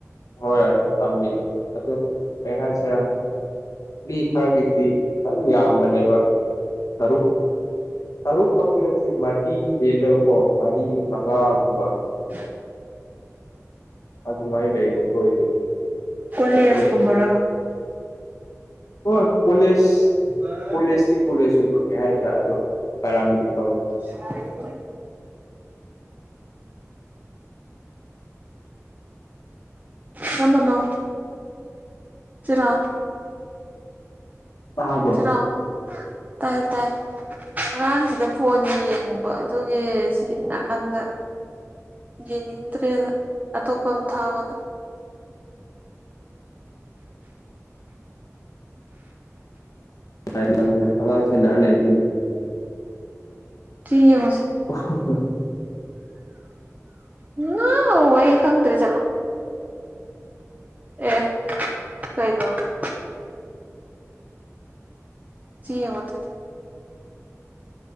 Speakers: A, on the left; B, on the right.
A: ꯍꯣꯏꯣꯏ ꯇꯝꯃꯤꯅꯦ ꯑꯗꯨ ꯍ ꯍꯥꯏꯁꯤꯔ ꯃꯤ ꯈꯔꯒꯤꯗꯤ ꯑꯗꯨꯝ ꯌꯥꯝꯕꯅꯦꯕ ꯇꯔꯨꯛ꯫ ꯇꯔꯨꯛꯃꯛꯇꯤ ꯅꯠꯇꯦ ꯃꯔꯤ ꯍꯦꯟꯅꯕꯀꯣ ꯃꯔꯤ ꯃꯉꯥꯒꯨꯝꯕ
B: ꯎꯝ
A: ꯑꯗꯨꯃꯥꯥꯏ <unintelligible>
B: ꯀꯣꯂꯦꯖ ꯀꯨꯝꯕꯔꯕ
A: ꯍ ꯀꯣꯂꯦꯖ
B: ꯑ
A: ꯀꯣꯂꯦꯖꯇꯤ ꯀꯣꯂꯦꯖ ꯑꯣꯏꯕꯅꯦ ꯍꯥꯏ꯭ꯔꯥ ꯑꯗꯣ ꯄꯔꯥꯗꯤ ꯐ
B: ꯑ ꯀꯝꯕꯅꯣ ꯁꯤꯔꯥ
A: ꯇꯥꯕꯣ
B: ꯑ ꯇꯥꯏ ꯇꯥꯏ ꯑꯉꯥꯡꯁꯤꯒ ꯐꯣꯟ ꯌꯦꯡꯕ ꯑꯗꯨꯒꯤ ꯁꯤ ꯅꯥꯀꯟꯗ ꯌꯦꯅꯤꯡꯗ꯭ꯔꯦꯅ ꯑꯇꯣꯞꯄ ꯑꯃ ꯊꯥꯎꯑꯣꯅ꯫
A: ꯥꯏ ꯂꯦꯋꯥꯁꯦ ꯅꯅꯥ ꯂꯩ
B: ꯇꯨ ꯌꯦꯉꯣꯁꯦ
A: ꯑꯣ ꯑꯣ
B: ꯅ ꯑꯩꯛ ꯈꯪꯇ <unintelligible> ꯔ꯭ꯦꯆꯠꯂꯣ ꯑꯦ ꯀꯩꯒꯤꯅꯣ ꯁꯤ ꯌꯦꯡꯒꯠꯇꯦ